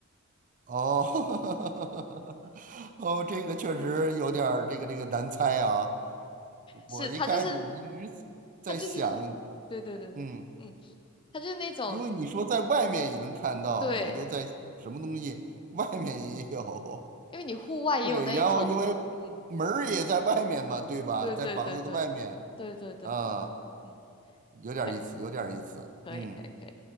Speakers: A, on the right; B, on the left.
A: 哦，<laughs> 哦，这个确实有点儿这个这个难猜啊。我一开始一直在想，
B: 是他就是他就是，对对对对，
A: 嗯，
B: 嗯，他就是那种
A: 因为你说在外面也能看到，
B: 对，
A: 我就在想什么东西外面也有。<laughs>
B: 因为你户外也有那一种，
A: 对，然后因为
B: 嗯，
A: 门儿也在外面嘛，对吧？
B: 对对对对对对对对，
A: 在房子的外面，啊，
B: 嗯，
A: 有点儿意思，
B: <laughs>
A: 有点儿意思。
B: 可以可以可以，
A: 嗯